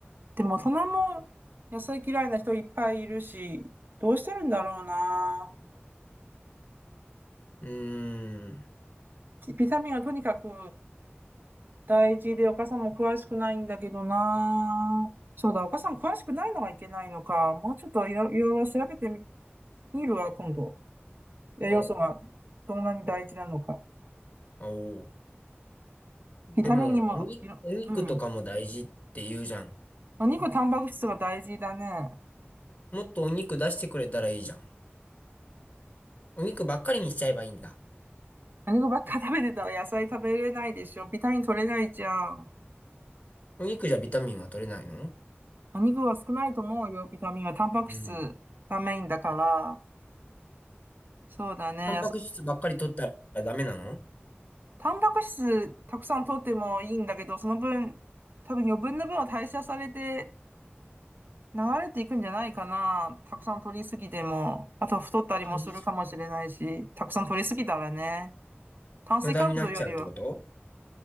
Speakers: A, on the right; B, on the left.
A: でも大人も野菜嫌いな人いっぱいいるし、どうしてるんだろうな。
B: うーん。
A: ビタミンはとにかく大事で、お母さんも詳しくないんだけどな。そうだ、お母さん詳しくないのはいけないのか。もうちょっといろいろいろ調べてみみるわ、今度。栄養素はどんなに大事なのか。
B: お、おうでも、
A: ビタミンにも、
B: おに、
A: いろ、
B: お肉とかも大事って言うじゃん。
A: うん。お肉、タンパク質が大事だね。
B: もっとお肉出してくれたらいいじゃん。お肉ばっかりにしちゃえばいいんだ。
A: お肉ばっか食べてたら野菜食べれないでしょ。ビタミン取れないじゃん。
B: お肉じゃビタミンは取れないの
A: お肉は少ないと思うよ、ビタミンは。タンパク質
B: うん。
A: がメインだから。そうだね。
B: タンパク質ばっかり取ったらダメなの
A: 野菜タンパク質たくさん取ってもいいんだけど、その分、多分余分な分は代謝されて流れていくんじゃないかな。たくさん取りすぎても、あとは太ったりもするかもしれないし、
B: 代謝
A: たくさん取りすぎたらね、炭水化物よりは
B: 無駄になっちゃうってこと